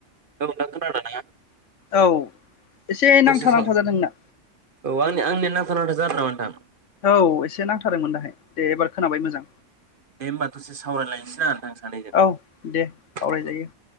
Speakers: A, on the right; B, on the left.
A: औ खोनादोंना?
B: औ। एसे
A: दसे
B: नांथा
A: साव
B: नांथा जादों नोंना
A: औ आंनि आंनि नांथा नांथा जादों नामा नोंथां।
B: औ एसे नां थादोंमोन दाहाय दे एबार खोनाबाय मोजां
A: दे होमबा दसे सावरायलायनोसै ना नोंथां सानैजों
B: औ दे सावरायजायो।
A: औ उम